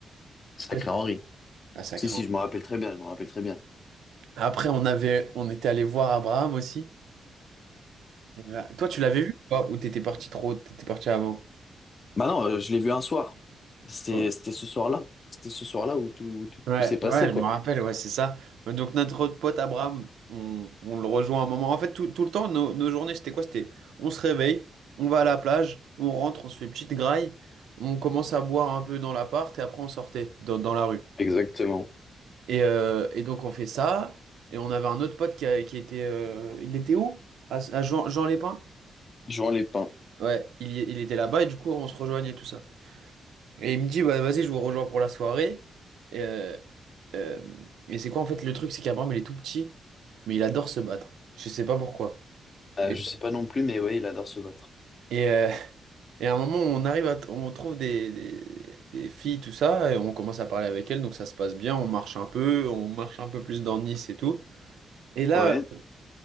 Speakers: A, on the left; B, on the right.
A: Sacré
B: Je sais pas.
A: Henri.
B: Ah, sacré.
A: Si, si, je me rappelle très bien, je me rappelle très bien.
B: Après, on avait, on était allé voir Abraham aussi. Et là- Toi, tu l'avais vu ou pas? Ou t'étais parti trop, t'étais parti avant?
A: Bah non, euh, je l'ai vu un soir. C'était,
B: Mm.
A: c'était ce soir-là. C'était ce soir-là où tout, tout,
B: Ouais,
A: tout s'est passé,
B: ouais, je
A: quoi.
B: me rappelle, ouais, c'est ça. Donc notre autre pote Abraham, on, on le rejoint un moment. En fait, tout, tout le temps, nos, nos journées, c'était quoi? C'était on se réveille, on va à la plage, on rentre, on se fait petite graille, on commence à boire un peu dans l'appart et après on sortait dans, dans la rue.
A: Exactement.
B: Et, euh, et donc on fait ça. Et on avait un autre pote qui, a- qui était... euh, il était où? À, à Jean, Jean Lépin?
A: Jouant les pins.
B: Ouais, il, y- il était là-bas et du coup on se rejoignait tout ça. Et il me dit, ouais, vas-y, je vous rejoins pour la soirée. Et, euh, euh, et c'est quoi en fait le truc? C'est qu'Abraham, il est tout petit, mais il adore se battre. Je sais pas pourquoi.
A: Euh,
B: Et,
A: je sais pas non plus, mais ouais, il adore se battre.
B: et, euh, et à un moment, on arrive à, t- on trouve des, des, des filles, tout ça, et on commence à parler avec elles, donc ça se passe bien. On marche un peu, on marche un peu plus dans Nice et tout. Et là,
A: Ouais.
B: euh,